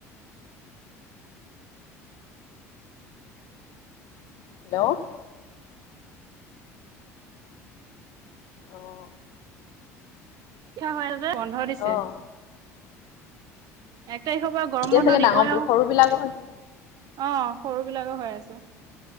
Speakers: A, on the left (about 60°); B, on the right (about 55°).
A: হেল্ল'। অঁ।
B: হয়। বন্ধ দিছে।
A: অ'
B: এক তাৰিখৰ পৰা গৰম
A: এতিয়া
B: বান্ধ
A: চাগে
B: দিবই
A: ডাঙৰ
B: আৰু।
A: সৰু বিলাকক হৈছে।
B: অ' সৰু বিলাকে হৈ আছে